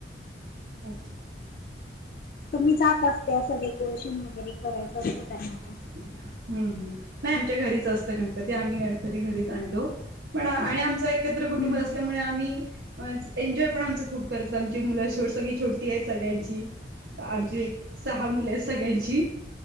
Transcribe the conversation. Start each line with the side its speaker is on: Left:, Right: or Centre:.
Right: हो
Left: तुम्ही जाक असते असं डेकोरेशन वगैरे करायचं असतं त्यांना तर
Right: हम्म हम् नाही आमच्या घरीच असतं गणपती आम्ही गणपती घरीच आणतो. पण आणि आमच एकत्र कुटुंब
Left: हम्म.
Right: असल्यामुळे आम्ही एन्जॉय पण आमचं खूप करत आमची मुलं ोट सगळी छोटी आहेत सगळ्यांची आमची एक सहा मुलं आहेत सगळ्यांची,